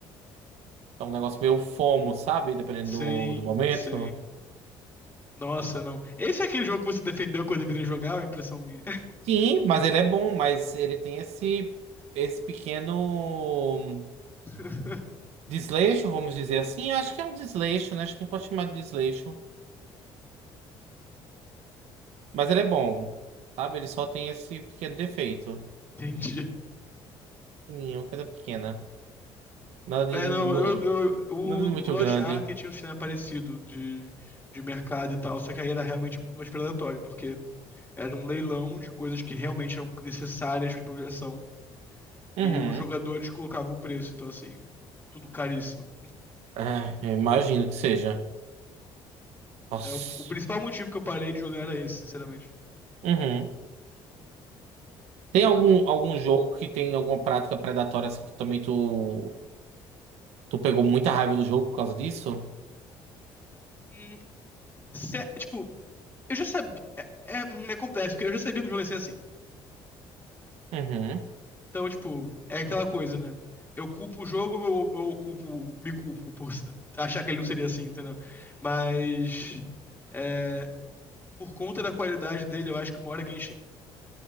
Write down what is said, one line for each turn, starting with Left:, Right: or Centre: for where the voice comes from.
Right: É um negócio meio FOMO, sabe? Dependendo
Left: Sim,
Right: do, do momento.
Left: sim. Nossa, não. Esse é aquele jogo que você defendeu quando eu virei jogar, ou é a impressão minha?
Right: Sim, mas ele é bom, mas ele tem esse, esse pequeno.
Left: <laughs>
Right: Desleixo, vamos dizer assim. Acho que é um desleixo, né? Acho que a gente pode chamar de desleixo. Mas ele é bom, sabe? Ele só tem esse pequeno defeito.
Left: Entendi.
Right: Pequenininho, coisa pequena. Nada de,
Left: É,
Right: de
Left: não,
Right: mu-
Left: eu, eu, o
Right: nada de muito
Left: Lost
Right: grande.
Left: Ark tinha um sistema parecido de, de mercado e tal, só que aí era realmente muito mais predatório, porque era um leilão de coisas que realmente eram necessárias para progressão
Right: Uhum.
Left: e os jogadores colocavam o preço, então assim, tudo caríssimo.
Right: Ah, eu imagino que seja. Nossa.
Left: É, o, o principal motivo que eu parei de jogar era esse, sinceramente.
Right: Uhum. Tem
Left: Porque,
Right: algum, algum jogo que tem alguma prática predatória assim que também tu, tu pegou muita raiva do jogo por causa disso?
Left: hum, se- é, tipo, eu já sabia. É, é, hum, é complexo, porque eu já sabia que o jogo ia ser assim.
Right: Uhum.
Left: Então, tipo, é aquela coisa, né? Eu culpo o jogo ou eu, eu culpo, me culpo por <laughs> s- achar que ele não seria assim, entendeu? Mas é, por conta da qualidade dele, eu acho que o maior é Genshin.